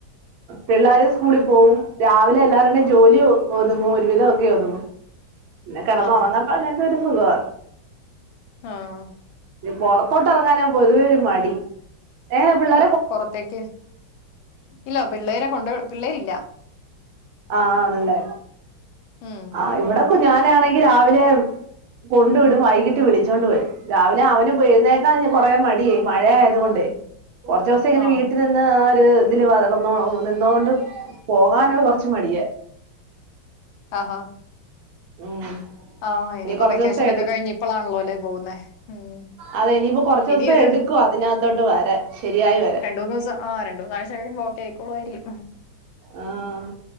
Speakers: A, on the right; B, on the left.
A: പിള്ളാര് സ്കൂളി പോവും രാവിലെ എല്ലാരുടെം ജോലി ഒഹ് ഒത്ങ്ങും ഒരുവിധോക്കെ ഒതുങ്ങും പിന്നെ കെടന്നൊറങ്ങട്ട
B: ആഹാ
A: എല്ലാര്ക്കെര് സുഖ്വാ
B: ആഹ്
A: ഇനി പൊറത്തോട്ടറങ്ങാനാ പൊതുവെ ഒരു മടി ഏന പിള്ളാ
B: പൊറത്തേക്ക് ഇല്ല പിള്ളേരെ കൊണ്ടോയോ പിള്ളേരില്ല
A: ആഹ് ആണല്ലേ
B: ഉം
A: ആഹ് ഇവിടെക്കു ഞാനാണെങ്കി രാവിലെ കൊണ്ടു വിടും വൈകീട്ട് വിളിച്ചോണ്ട് വരും രാവിലെ അവന്പോ എഴ്ന്നേക്കാൻഞ് കൊറെ മടിയേ മഴേയായതോണ്ടെ കൊർച്ചൂസം ഇങ്ങനെ
B: ആഹ്
A: വീട്ടിൽ നിന്ന് ആഹ് ഒര് തില് വളരന്നോ നിന്നോണ്ട് പോകാനോ കൊർച്ച് മടിയാ
B: ആഹാ
A: ഉം
B: ആഹ് ഇനിയിപ്പോ
A: ഇനി കൊറച്ച്
B: വെക്കേഷനൊക്കെ
A: ദിവസം എടു
B: കഴിഞ്ഞ് ഇപ്പളാൺല്ലോ അല്ലേ പോകുന്നേ ഉം
A: അതെ ഇനിയിപ്പോ കൊറച്ചൂസം
B: ഇനിയൊരു
A: എട്ക്കും അതിനകത്തോട്ട് വരാൻ ശരിയായി വര
B: രണ്ടൂന്നൂസം ആഹ് രണ്ട് മൂന്നാഴ്ച കഴിയുമ്പോ ഓക്കെ ആയിക്കോളോയിരിക്യും
A: ആഹ്